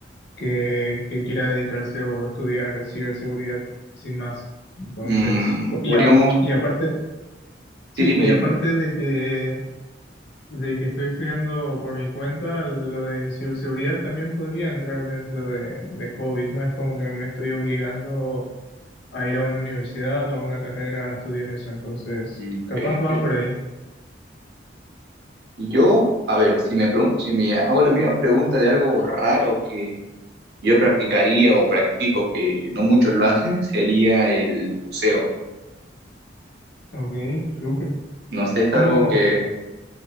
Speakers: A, on the left; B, on the right.
A: que, que quiera dedicarse o estudiar ciberseguridad sin más. Entonces,
B: Mm,
A: co- y,
B: podríamos,
A: a- y aparte... Sí,
B: sí, dime,
A: y
B: dime.
A: aparte de que, de que estoy estudiando por mi cuenta, lo de ciberseguridad también podría entrar dentro de, de hobbies, no es como que me estoy obligando a ir a una universidad o a una carrera a estudiar eso, entonces
B: Mm,
A: capaz
B: ok,
A: va
B: ok.
A: por ahí.
B: Yo, a ver, si me, pregun- si me hago la misma pregunta de algo raro que yo practicaría o practico que no muchos lo hacen, sería el buceo.
A: Ok, súper.
B: No sé, es
A: ¿Cómo?
B: algo que,